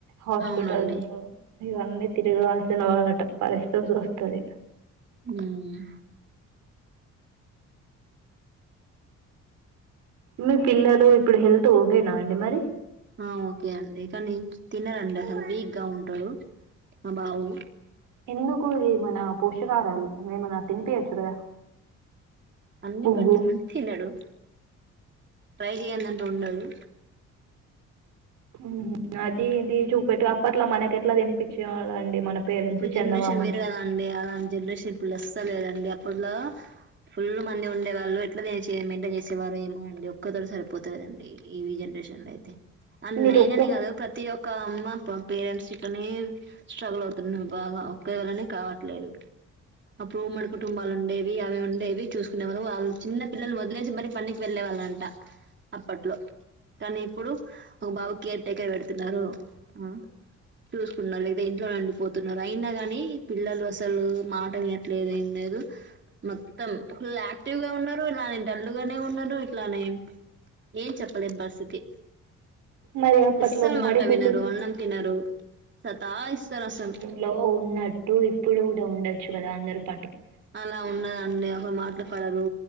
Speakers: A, on the right; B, on the right.
A: హాస్పటల్స్
B: అవునండి
A: ఇవన్నీ తిరగాల్సిన వాట పరిస్థల్తొస్తది
B: ఊఉ
A: మీ పిల్లలు ఇప్పుడు హెల్త్ ఓకేనా అండి మరి
B: ఆ ఓకే అండి కానీ, తినరండి అసలు వీక్ గా ఉంటడు. అ బాబు
A: ఎందుకు ఇది మన పోషకాహారాలు ఏమన్నా తినిపియచ్చు కదా
B: అన్నీ
A: పువ్వు.
B: పెడతమని తినడు, ఫ్రై చేయందంటూ ఉండదు.
A: ఊహు అదీ ఇది చూపెట్టు అప్పట్లా మనకి ఎట్లా తినిపిచ్చేవాళ్ళండి మన పేరెంట్స్
B: ఇప్పుడు జనరేషన్
A: చందమామని
B: వేరు గదా అండీ, అలాన్ జనరేషన్ ఇప్పుడు అస్సలేదండి అప్పట్లో. ఫుల్ల్ మంది ఉండేవాళ్ళు ఎట్ల నేసి మెయింటైన్ చేసేవారో ఏమో అండి, ఒక్క తోటి సరిపోతలేదండి ఈ విజన్. పేషన్లైతే అ
A: మీరు
B: నేనని
A: ఒక్క
B: గాదు ప్రతి ఒక్క అమ్మ ప పేరెంట్స్ ఇక్కనే స్ట్రగుల్ అవు తిన్న బాగా ఒక్కవళనే కావట్లేదు అప్పుడు ఉమ్మడి కుటుంబాలు ఉండేవి, అవి ఉండేవి, చూసుకునే వాళ్ళు. వాళ్ చిన్న పిల్లలు వదిలేసి మరి పనికి వెళ్లేవా. అలంట అప్పట్లో తని ఇప్పుడు ఒక బాబుకి కేర్ టేకర్ పెడుతున్నారు ఆ చూసుకున్నారు లేదా ఇంట్లో అండిపో తున్నారు అయినా గానీ, పిల్లలు అసలు మాట వినట్లేదు ఏం లేదు. మొత్తం ఫుల్ యాక్టివ్ గా ఉన్నారు, ఇలానే డల్లు గానే ఉన్నారు ఇట్లానే. ఏం చెప్పలేం పరిస్థితి
A: మరి అప్పట్లో
B: అస్సలు
A: ఉమ్మడి
B: మాట
A: కుటు
B: వినరు, అన్నం తినరు, సతాయిస్తర్ అసల్.
A: లో ఉన్నట్టు ఇప్పుడు గూడా ఉండొచ్చు గదా అందరు ప
B: అలా ఉండదండి ఒక మాట్లు పడరు